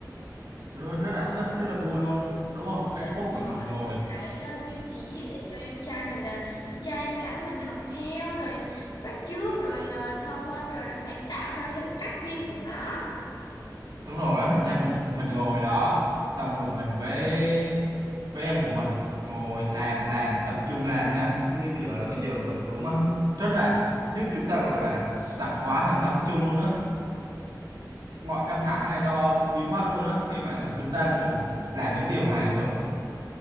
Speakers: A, on the right (about 70°); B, on the left (about 85°).
A: rồi
B: Đúng
A: rất là thích
B: rồi.
A: rất là vui luôn đúng không
B: với
A: cái
B: lại
A: khúc
B: mình
A: mà
B: mở
A: mình ngồi
B: ra một cái ờ, tiêu chí để cho em trai mình ờ, em trai em gái mình học theo rồi bắt chước rồi ờ, thông minh rồi nó sáng tạo theo theo cách riêng của nó
A: đúng rồi á nha mình mình ngồi đó xong rồi mình với với em của mình ngồi làm làm tập trung làm nha giống như kiểu là bây giờ mình cũng à, rất là giúp chúng ta gọi là sảng khoái và tập trung luôn á mọi căng thẳng hay lo âu cũng biến mất luôn á khi mà chúng ta ngồi làm những điều này nữa